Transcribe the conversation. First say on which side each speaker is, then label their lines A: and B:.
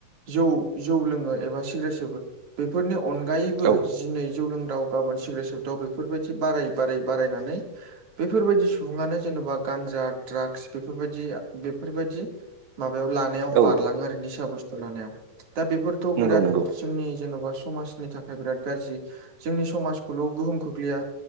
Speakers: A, on the right; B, on the right.
A: जौ जौ लोङो एबा सिग्रे सोबो बेफोरनि अनगायैबो
B: औ
A: जिनै जौ लोंदाव गाबोन सिग्रेट सदाव बेफोरबायदि बारायै बारायै बारायनानै बेफोरबायदि सुबुङानो जेन'बा गान्जा ड्रागस बेफोरबायदि बेफोरबायदि माबायाव लानायाव
B: औ
A: बारलाङो आरो निसा बुस्थु लानायाव दा बेफोरथ'
B: नंगौ
A: बिराद
B: नंगौ
A: जोंनि जेन'बा समाजनि थाखाय बिराद गाज्रि जोंनि समाजखौल' गोहोम खोख्लैया